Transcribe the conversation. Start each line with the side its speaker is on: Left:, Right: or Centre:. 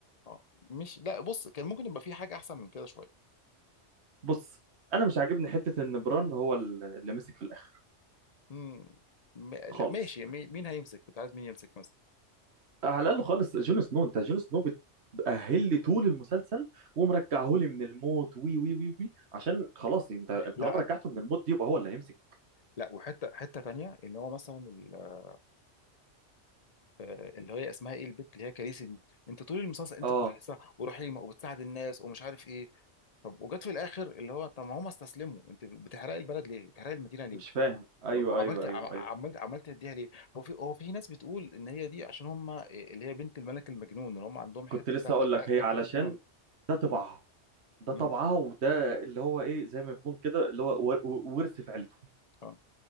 Left: اه مش لا بص كان ممكن يبقى في حاجه احسن من كده شويه
Right: بص أنا مش عاجبني حتة إن بران هو ال- اللي مسك في الآخر
Left: مم. م- لا،
Right: خالص
Left: ماشي مي- مين هيمسك كنت عايز مين يمسك مثلا
Right: على الأقل خالص جون سنو أنت جون سنو بتأهل لي طول المسلسل ومرجعه لي من الموت وي وي وي وي عشان خلاص أنت
Left: لا
Right: طالما رجعته من الموت دي يبقى هو اللي هيمسك
Left: لا وحته حته تانيه اللي هو مثلا ال- آه، اللي هي اسمها ايه البت اللي هي كاليسي دي انت طول المسلسل انت
Right: آه
Left: كويسه ورحيمه وبتساعد الناس ومش عارف ايه طب وجت في الاخر اللي هو طب ما هم استسلموا انت بتحرقي البلد ليه بتحرقي المدينه ليه
Right: مش فاهم أيوه
Left: وعملت
Right: أيوه
Left: عم-
Right: أيوه
Left: عملت
Right: أيوه
Left: عملت اديها ليه هو في هو في ناس بتقول ان هي دي عشان هم اللي هي بنت الملك المجنون اللي هم عندهم حته
Right: كنت لسه
Left: بتاعت-
Right: أقول
Left: حته
Right: لك هي علشان
Left: الجنون
Right: ده طبعها
Left: مم.
Right: ده
Left: مم.
Right: طبعها وده اللي هو إيه زي ما يكون كده اللي هو ور- ورث في عيلتهم
Left: آه.